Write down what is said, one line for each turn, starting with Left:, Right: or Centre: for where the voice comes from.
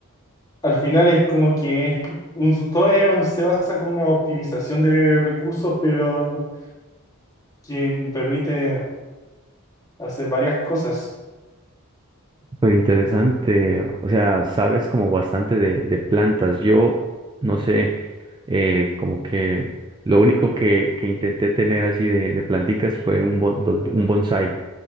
Left: al final es como que es un, todo es- se basa como una optimización de recursos, pero que y permite hacer varias cosas.
Right: Pero interesante, o sea, sabes como bastante de, de plantas. Yo, no sé, eh, como que lo único que, que intenté tener así de, de planticas fue un, bon- los- un bonsai.